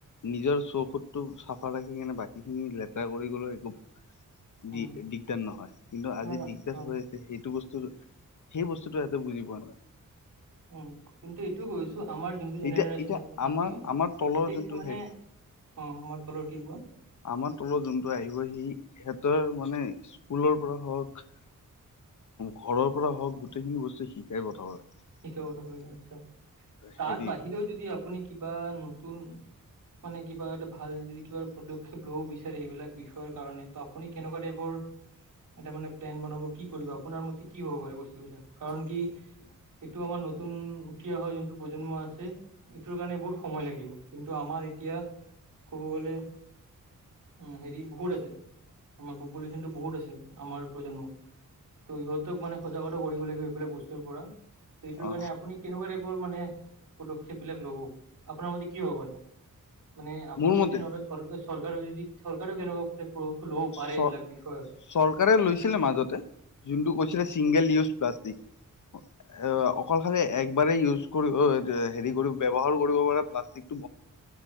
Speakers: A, on the left (about 65°); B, on the right (about 70°).
A: নিজৰ চৌকুদতটো চাফ ৰাখি কিনে, বাকী খিনি লেতেৰা কৰি গ'লেও একো দি
B: উম,
A: দিগদাৰ নহয়, কিন্তু আজি
B: নহয় নহয়
A: দিগদাৰ
B: অ'
A: হৈ সেইটো বস্তু, সেই বস্তুতটো ইহতে বুজি পোৱা নাই।
B: উম, কিন্তু এইটো কৈছো আমাৰ যোনটো জেনেৰে্যন
A: এতিয়া এতিয়া আমাৰ
B: আছিল,
A: আমাৰ তলৰ
B: গোটেইখিন
A: যোনটো
B: মানে
A: হেৰি
B: অ' আমাৰ থল ঠিক হোৱা।
A: আমাৰ তলত যোনটো আহিব, সি সিহঁতৰ মানে, স্কুলৰ পৰা হওক ঘৰৰ পৰা হওক গোটেইখিনি বস্তু শিকাই পঠোৱা হয়।
B: শিকা পঠাব লাগে, আচ্ছা,
A: হেৰি
B: তাৰ বাহিৰেও যদি আপুনি কিবা নতুন মানে কিবা এটা ভাল যে কিবা পদক্ষেপ ল'ব বিচাৰে, এইবিলাক বিষয়ৰ কাৰণে ত আপুনি কেনেকুৱা টাইপৰ এটা মানে প্লেন বনাব, কি কৰিব আপোনাৰ মতে কি হ'ব পাৰে বস্তুবিলাক, কাৰন কি সেইটো আমাৰ নতুন, উঠি অহা যোনটো প্ৰজন্ম আছে। ইটোৰ কাৰণে বহুত সময় লাগিব, কিন্তু আমাৰ এতিয়া কব গলে উম হেৰি বহুত আছে, আমাৰ পপুলেশ্বন টো বহুত আছে, আমাৰ প্ৰজন্মৰ। ত' ইহঁতক মানে সজাগতা কৰিব লাগিব, এইবিলাক বস্তুৰ পৰা ত এইটোৰ
A: অ
B: কাৰণে আপুনি কেনেকুৱা টাইপৰ মানে, পদক্ষেপ বিলাক লব আপোনাৰ মতে কি হ'ব পাৰে? মানে আপুনি
A: মোৰ মতে
B: যদি নলয়, চৰ চৰকাৰেও যদি চৰকাৰেও কেনেকা পদক্ষেপ ল'ব পাৰে
A: চ
B: এইবিলাক বিষয়ে।
A: চৰকাৰে লৈছিলে মাজতে, যোনটো কৈছিলে
B: আচ্ছা
A: ছিংগেল ইউজ প্লাষ্টিক। অ'
B: আচ্ছা
A: অকল খালি একবাৰেই ইউজ কৰিব, হেৰি ব্যৱহাৰ কৰিব পাৰে প্লাষ্টিক।